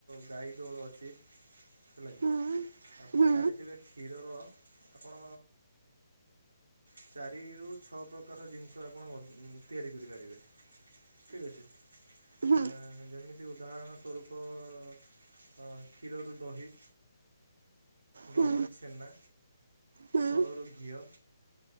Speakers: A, on the right; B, on the right.
A: ଗାଈ ଦୋଅଳ ଅଛି, ହେଲା କିି।
B: ହୁଁ।
A: ଆପଣ
B: ହୁଁ
A: ଜାଣିଥିବେ କ୍ଷୀରର, ଆପଣ ଚାରିରୁ ଛଅ ପ୍ରକାର ଜିନିଷ ଆପଣ ଅ ତିଆରି କରିପାରିବେ। ଠିକ୍ ଅଛି। ଆ
B: ହୁଁ
A: ଯେମିତି ଉଦାହରଣ ସ୍ୱରୂପ ଅ, କ୍ଷୀରରୁ ଦହି। ଦହିରୁ
B: ହୁଁ
A: ଛେନା,
B: ହୁଁ
A: ସରରୁ ଘିଅ।